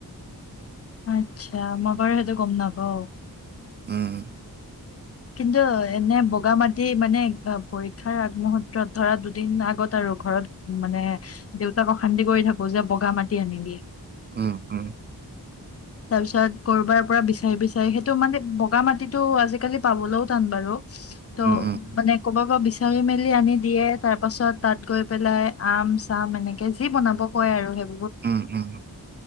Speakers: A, on the left (about 40°); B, on the right (about 30°).
A: আত্ছা মই বাৰু সেইটো গম নাপাওঁ
B: উম
A: কিন্তু এনে বগা মাটি মানে পৰীক্ষাৰ আগমুহূৰ্তত ধৰা দুদিন আগত আৰু ঘৰত মানে দেউতাক অশান্তি কৰি থাকো যে বগা মাটি আনিবি
B: উম উম
A: তাৰপিছত কৰবাৰ পৰা বিচাৰি বিচাৰি সেইটো মানে বগা মাটিটো আজিকালি পাবলৈও টান বাৰু তো
B: উম, উম,
A: মানে কবা <unintelligible> চাৰি মেলি আনি দিয়ে তাৰ পাছত তাত গৈ পেলাই আম চাম এনেকে যি বনাব কয় আৰু সেইব
B: উম উম